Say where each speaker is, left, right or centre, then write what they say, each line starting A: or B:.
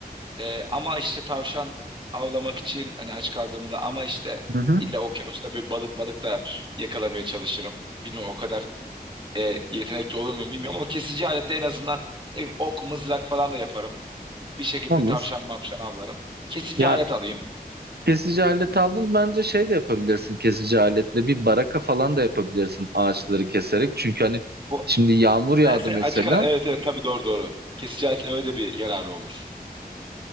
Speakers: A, on the right (about 30°); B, on the right (about 85°).
A: e, ama işte tavşan avlamak için hani aç kaldığımda ama işte
B: Hı hı.
A: illa okyanusta bir balık malık da yakalamaya çalışırım. Bilmiyorum o kadar e, yetenekli olur muyum bilmiyorum ama kesici alette en azından ne bileyim, ok mızrak falan da yaparım. Bir şekilde
B: Olur.
A: tavşan mavşan avlarım. Kesici
B: Ya
A: alet alayım.
B: kesici alet aldın bence şey de yapabilirsin kesici aletle bir baraka falan da yapabilirsin ağaçları keserek. Çünkü hani
A: Bu
B: şimdi yağmur yağdı
A: nedense
B: mesela.
A: açık ara- Evet evet tabii doğru doğru. Kesici aletin öyle de bir yararı olur.